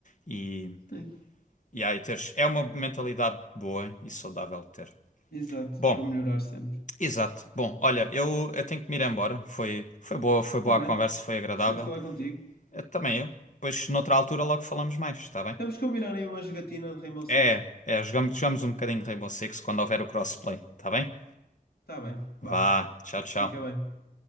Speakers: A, on the left; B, on the left.
A: E,
B: É,
A: e aí teres, é uma mentalidade boa e saudável de ter.
B: Exato.
A: Bom,
B: Para melhorar sempre.
A: exato. Bom, olha, eu, eu tenho que me ir embora. Foi, foi boa, foi boa
B: Tá bem.
A: a conversa, foi agradável.
B: Gostei de falar contigo.
A: Eh, também eu. Depois, noutra altura, logo falamos mais, está bem?
B: Temos que combinar aí uma jogatina de Rainbow Six.
A: É, é, jogamos, jogamos um bocadinho de Rainbow Six quando houver o crossplay, tá bem?
B: Tá bem. Vá.
A: Vá, tchau, tchau.
B: Fica bem.